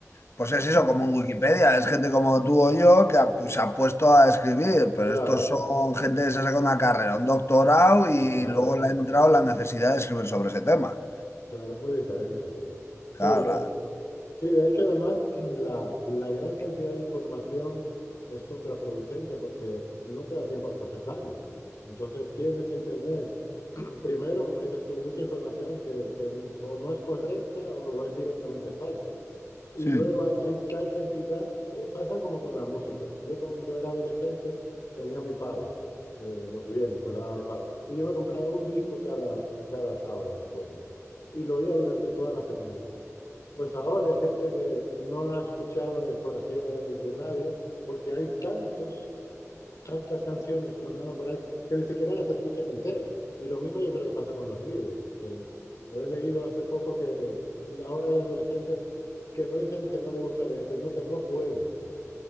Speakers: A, on the left; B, on the left.
A: pues es eso, como en Wikipedia, es gente como tú o yo que ha- pues, se ha puesto a escribir, pero
B: claro,
A: estos son gente que se ha sacado una carrera, un doctorado y
B: claro,
A: luego le ha entrado la necesidad de escribir sobre ese tema.
B: claro, es muy diferente, sí. Sí,
A: Claro,
B: lo,
A: la-
B: Sí, de hecho, además, <clears throat> la, la gran cantidad de información es contraproducente porque no te da tiempo a procesarla. Entonces tienes internet, <clears throat> primero, como dices tú, mucha información que, que n- o no es correcta o es directamente falsa. Y
A: Sí.
B: luego ha- hay tal cantidad, eh, pasa como con la música. Yo cuando era adolescente tenía mi paga, de los viernes me la daba mi padre, Y yo me compraba un disco cada, cada sábado, me acuerdo. Y lo oía durante toda la semana. Pues ahora hay gente que no ha escuchado la discografía de, de nadie porque hay tantos, tantas canciones sonando por ahí que ni siquiera las escuchan enteras. Y lo mismo yo creo que pasa con los libros, que yo he leído hace poco que ahora hay adolescentes que no dicen que no les gusta leer, sino que no pueden.